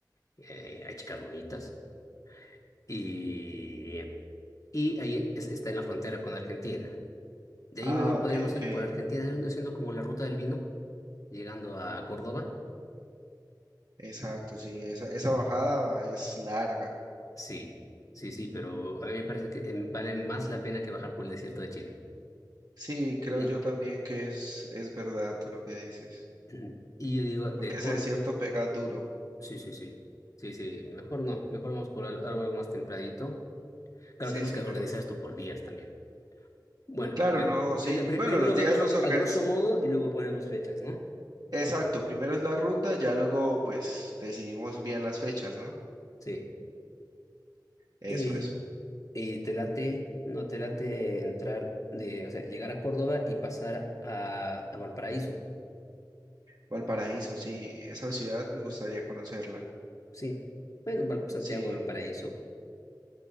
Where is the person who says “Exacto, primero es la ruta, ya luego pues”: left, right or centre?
Right